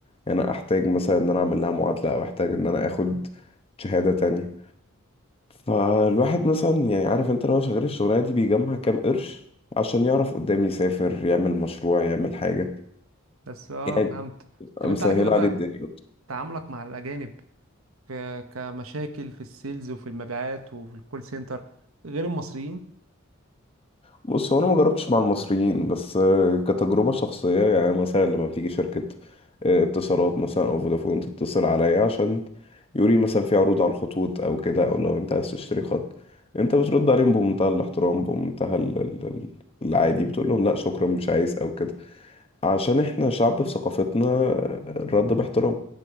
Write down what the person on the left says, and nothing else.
يعني انا احتاج مثلا ان انا اعمل لها معادله او احتاج ان انا اخد شهاده تانية فالواحد مثلا يعني عارف انت لو شغال الشغلانه دي بيجمع كام قرش عشان يعرف قدام يسافر يعمل مشروع يعمل حاجه
يعني
تبقى
مسهله
عليه الدنيا
بص هو انا ما جربتش مع المصريين بس آه، كتجربه شخصيه يعني مثلا لما بتيجي شركه آه، اتصالات مثلا او فودافون تتصل عليا عشان يوري مثلا في عروض على الخطوط او كده او لو انت عايز تشتري خط انت بترد عليهم بمنتهى الاحترام بمنتهى ال- ال- ال- العادي بتقول لهم لا شكرا مش عايز او كده عشان احنا شعب في ثقافتنا الرد باحترام